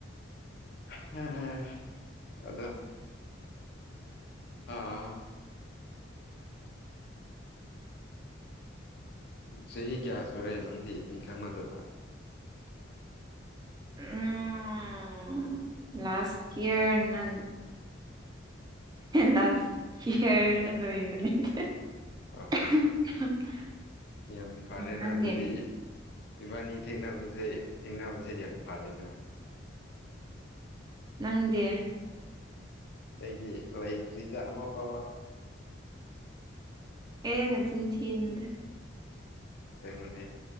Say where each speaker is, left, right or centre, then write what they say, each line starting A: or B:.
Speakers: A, on the left; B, on the right.
A: <unintelligible> ꯑꯗꯣ ꯍꯥ ꯆꯍꯤ ꯀꯌꯥ ꯁꯨꯔꯦ ꯅꯪꯗꯤ ꯃꯤ ꯈꯪꯅꯗꯕ
B: ꯎꯝ ꯂꯥꯁ ꯏꯌꯔ ꯅꯥꯟ ꯂꯥꯁ ꯍꯤꯌꯔꯅ ꯂꯣꯏꯕꯅꯤꯗꯥ
A: <unintelligible>
B: <unintelligible>
A: ꯌꯥꯝ ꯐꯔꯦꯅ
B: ꯅꯪꯗꯤ
A: ꯑꯗꯨꯗꯤ ꯏꯕꯥꯅꯤ ꯊꯦꯡꯅꯕꯁꯦ ꯊꯦꯡꯅꯕꯁꯦ ꯌꯥꯝ ꯐꯔꯦꯅ
B: ꯅꯪꯗꯤ
A: ꯑꯩꯗꯤ ꯂꯩꯇ꯭ꯔꯤꯗ ꯑꯃ ꯐꯥꯎꯕ
B: ꯑꯦ ꯅꯆꯤꯟ ꯊꯤꯅꯨꯗ
A: ꯆꯦꯡꯉꯨꯅꯦ